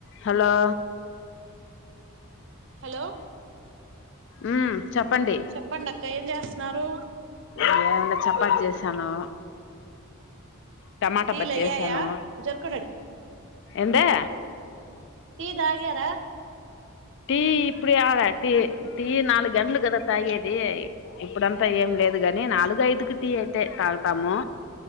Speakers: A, on the left; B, on the right.
A: hello
B: hello
A: ఉమ్ చెప్పండి
B: చెప్పండి అత్తయ్ ఏం జేస్తున్నారు
A: ఏముంది చపాతి చేశాను టమాట
B: టీలు
A: బజ్జి
B: అయ్యాయా
A: చేశాను
B: జరుకుడాడు
A: ఏందే
B: టీ తాగార
A: టీ ఇప్పుడే యాడ టీ టీ నాలుగు గంటలు కదా తాగేది ఇప్పుడంతా ఏం లేదు గాని నాలుగు ఐదుకి టీ అయితే తాగుతాము